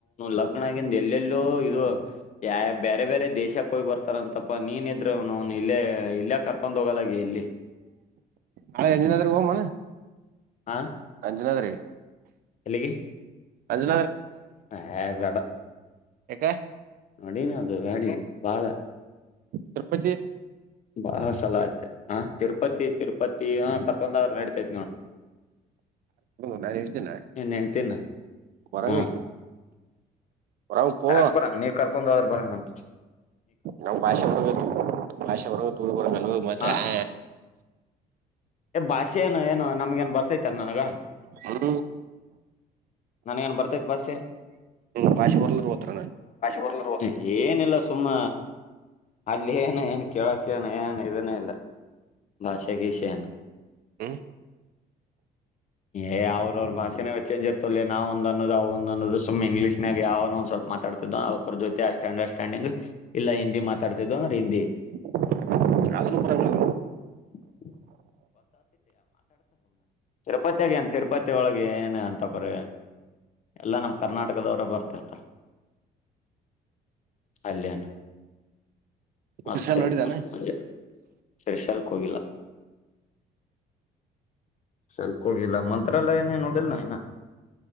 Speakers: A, on the left; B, on the right.
A: ಲಗ್ನ ಆಗಿಂದ ಎಲ್ಲೆಲ್ಲೋ ಯ ಬೇರೆ ಬೇರೆ ದೇಶ ಹೋಗ್ ಬರ್ತಾರ ಅಂತಪ್ಪ ನೀನ್ ಇದ್ರು ಇಲ್ಲೇ ಇಲ್ಲೇ ಕರ್ಕೊಂಡ ಂದೊಲಗೆ ಎಲ್ಲಿ
B: ಅಳ ಅಂಜಿನದ ಮ
A: ಹಾ
B: ಅಂಜನ ತರ
A: ಕೆಲ್ಲಿಗೆ
B: ಅಜ
A: ಹಾ ಬೇಡ
B: ಹಕ
A: ನಡೀಿನ ಅದು ಬ್ಯಾಡಿ ಬಾಳ
B: ತಿರುಪತಿ
A: ಬಾ ಸಲ ಆಯ್ತೆ ಹ ತಿರುಪತಿ ತಿರುಪತಿ ಕರ್ಕೊಂಡ್ರ ನಡತೈತಿ ನೋಡ್
B: ನಾನು ಹೇಳ್ತೇನೆ
A: ನಿನ್ ಹೆಂಡ್ತಿನ
B: ಬರಂಗ
A: ಹಾ
B: ಹೊರಂಗ ಪೋ
A: ಯಾಕ್ ಬರಂಗ ನೀ ಕರ್ಕೊಂಡದ್ರ ಬರಂಗನ್
B: ನಮ್ ಭಾಷೆ ಬರಬೇಕು ಭಾಷೆ ಅವರು ತುಳ್ಗರ್ ಕಲ್ ಮತ್ತೆ
A: ಹಾ
B: ಆ
A: ಭಾಷೆ ಏನು ಏನು ನಮ್ಗ ಏನ್ ಬರ್ತೈತಿ ನನಗ
B: ಹ್ಮ್
A: ನನ್ಗ ನ್ ಬರ್ತೈತ್ ಬಾಸೆ
B: ಹ್ಮ ಪಾಶಿ ಬರ್ಲ್ ಹತ್ರ
A: ಬರ್ಲ ಏನಿಲ್ಲ ಸುಮ್ಮ ಅಲ್ಲಿ ಏನ ಏನ್ ಕೇಳಕ್ಕೇನ ಏನ ಇದನ ಇಲ್ಲ ಭಾಷೆೆಗೆಷಾನ
B: ಹ್ಮ್
A: ಏ್ ಅವ್ರ ಅವ್ರ ಭಾಷೆೇ ಚೇಜ್ ಇರ್ತಲ್ಲ ನಾವ ಒಂದ್ನ್ನೋದು್ವು ಒಂದ ಅನ್ನೋದು ಸು್ ಇಂಗ್ಲಷ್ ನಾಗಾವನೋಂದ ಸ್ವಲ್ಪ ಮಾತಾಡ್ತಿದ್ದವ ಅವ್ರ ಜೊತೆ ಆ ಅಂಡರ್ಸ್ಟ್ಯಾಂಡಿಂಗ್ ಇಲ್ಲ ಹಿಂದಿ ಮಾತಾಡ್ತಿದ್ದವ ಅಂದ್ರೆ ಹಿಂದಿ
B: <unintelligible>
A: <unintelligible> ತಿರುಪತಿಯಾಗಿ ಅಂತ ತಿರುಪತಿ ಒಳಗೆ ಏನು ಅಂತಪ್ರ ಎಲ್ಲ ನಮ್ಮ ಕರ್ನಾಟಕದವರ ಬರ್ತಿರ್ತ ಅಲ್ಯಣ ಮಸ್
B: ಕ್ರಿಸಲ್ ನೋಡಿದಾನ
A: ಮಸ್ತ್ ಮ ಸರ್ಶಲ್ಕ್ ಹೋಗಿಲ್ಲ ಸಲ್ಕ್ ಹೋಗಿಲ್ಲ ಮಂತ್ರಾಲಯನೇ ನೋಡಿಲ್ ನ